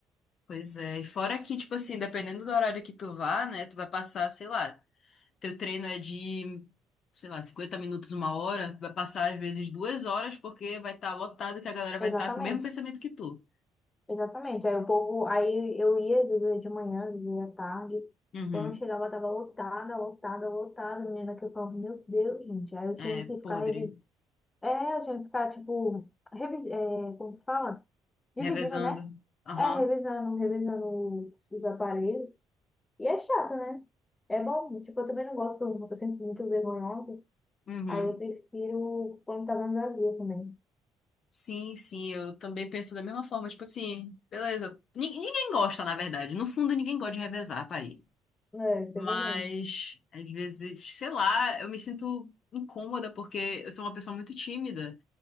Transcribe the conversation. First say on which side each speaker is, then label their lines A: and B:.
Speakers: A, on the left; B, on the left.
A: Pois é, e fora que, tipo assim, dependendo do horário que tu vá, né, tu vai passar, sei lá, Teu treino é de, sei lá, 50 minutos, uma hora, vai passar às vezes duas horas, porque vai estar lotado que a galera vai
B: Exatamente,
A: estar com o mesmo pensamento que tu.
B: exatamente. Aí o povo, aí eu ia, às vezes eu ia de manhã, às vezes eu ia à tarde.
A: Uhum.
B: Quando chegava, tava lotada, lotada, lotada. Menina que eu falava, meu Deus, gente. Aí eu tinha
A: É,
B: que ficar
A: podre.
B: revisando. É, eu tinha que ficar, tipo, revis... é, como que fala? Dividindo,
A: Revezando.
B: né?
A: Aham.
B: É, revisando, revisando os aparelhos E é chato, né? É bom. Tipo, eu também não gosto quando eu sinto muito vergonhosa.
A: Uhum.
B: Aí eu prefiro quando tá mais vazia também.
A: Sim, sim, eu também penso da mesma forma. Tipo assim, beleza. Ni- Ninguém gosta, na verdade. No fundo, ninguém gosta de revezar, parei.
B: É, isso
A: Mas,
B: é verdade.
A: às vezes, sei lá, eu me sinto incômoda porque eu sou uma pessoa muito tímida.